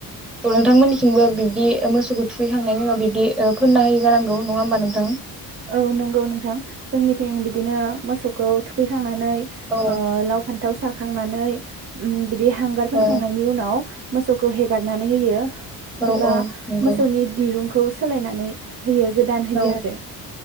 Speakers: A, in the centre; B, on the right (about 40°).
A: नोंथांमोननिथिंबो बिब्दि मोसौखौ थुखैखांनायनि उनाव बिब्दि फोननो होयो जानांगौ नङा होमबा नोंथां?
B: औ नंगौ नोंथां जोंनिथिं बिदिनो मोसौखौ थुखैखांनानै
A: औ
B: ओ लाव फान थाव सारखांनानै ओम बिदि हांगार फोनखांनायनि
A: औ
B: उनाव मोसौखौ हेगारनानै होयो।
A: औ
B: एबा
A: औ नंगौ
B: मोसौनि दिरुंखौ सोलायनानै होयो गोदान होयो
A: औ
B: आरो।